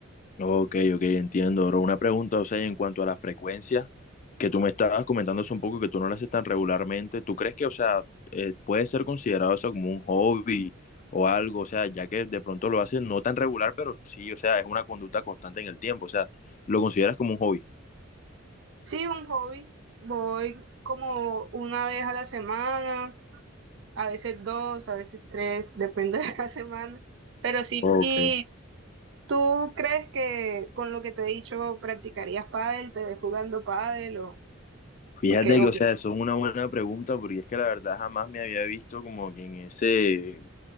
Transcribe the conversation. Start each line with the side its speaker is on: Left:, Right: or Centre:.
Left: Ok, ok, entiendo, bro. Una pregunta, o sea, en cuanto a la frecuencia que tú me estabas comentando hace un poco que tú no lo haces tan regularmente, ¿tú crees que, o sea, eh, puede ser considerado eso como un hobby o algo? O sea, ya que de pronto lo haces no tan regular, pero sí, o sea, es una conducta constante en el tiempo, o sea, ¿lo consideras como un hobby?
Right: Sí, un hobby, voy como una vez a la semana, a veces dos, a veces tres, depende <laughs> de la semana, pero sí,
Left: Ok.
Right: y... ¿Tú crees que con lo que te he dicho practicarías pádel, te ves jugando pádel o,
Left: Fíjate
Right: o qué opinas?
Left: que, o sea, eso es una buena pregunta porque es que la verdad jamás me había visto como que en ese